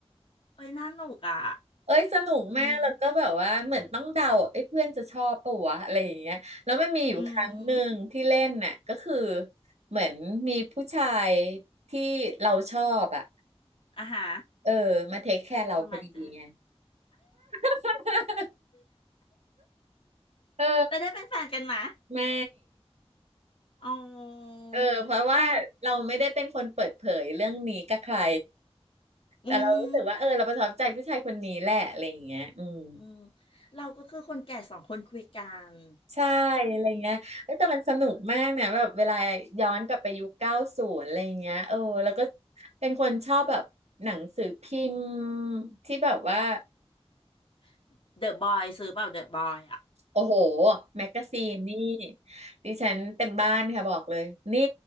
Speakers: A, on the left (about 55°); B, on the right (about 80°).
A: เอ้ยน่าหนุกอ่ะ
B: เอ้ยสนุกมากแล้วก็แบบว่าเหมือนต้องเดาเอ้ยเพื่อนจะชอบปะวะอะไรอย่างเงี้ยแล้วมันมีอยู่ครั้งหนึ่งที่เล่นน่ะก็คือ
A: อืมอืม
B: เหมือนมีผู้ชายที่เราชอบอ่ะ
A: อ่ะฮะ
B: เออมาเทคแคร์เราพอดีไง
A: ทำไมเจ๊
B: <laughs> เออ
A: ไปได้เป็นแฟนกันมา
B: ไม่
A: อ๋อ
B: เออเพราะว่าเราไม่ได้เป็นคนเปิดเผยเรื่องนี้กับใคร
A: เรา
B: แต่เรารู้สึกว่าเออเราประทับใจผู้ชายคนนี้แหละอะไรอย่างเงี้ยอืม
A: อืมอืมเราก็คือคนแก่สองคนคุยกัน
B: ใช่อะไรเงี้ยเอ้ยแต่มันสนุกมากเนี่ยแบบเวลาย้อนกลับไปยุคเก้าศูนย์อะไรเงี้ยเออ แล้วก็เป็นคนชอบแบบหนังสือพิมพ์ที่แบบว่า
A: <laughs> เดอะบอยซื้อเปล่าเดอะบอยอ่ะ
B: โอ้โห แมกกาซีนนี่ดิฉันเต็มบ้านค่ะบอกเลย นี่